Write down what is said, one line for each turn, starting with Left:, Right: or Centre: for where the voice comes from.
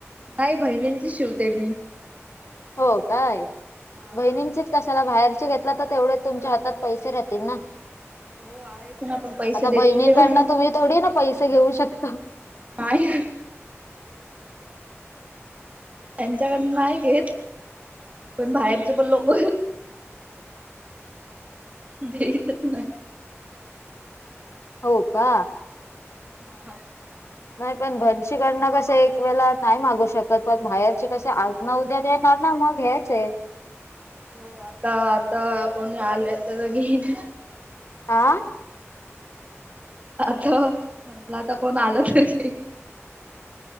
Right: नाही बहिणींच शिवते मी.
Left: हो काय
Right: हा.
Left: बहिणींचेच कशाला बाहेर चे घेतला तर, तेवढे तुमच्या हातात पैसे राहतील ना.
Right: हो आहेच ना पण पैसे
Left: आता
Right: देतील
Left: बहिणींकडन
Right: तेव्हा
Left: तुम्ही थोडी ना पैसे घेऊ शकता.
Right: नाय. त्यांच्याकडन नाय घेत, पण बाहेरचे पण लोक देतच नाही.
Left: हो का?
Right: हा.
Left: नाही पण, भनशीकडन कस एक वेळा नाही मागू शकत, प बाहेरची कस आज ना उद्या देणार. त्यांना मग घ्यायाचे
Right: हो आता, आता कोणी आलं तर घेईन?
Left: आं
Right: आता म्हटलं, आता कोण आला तर घेईन?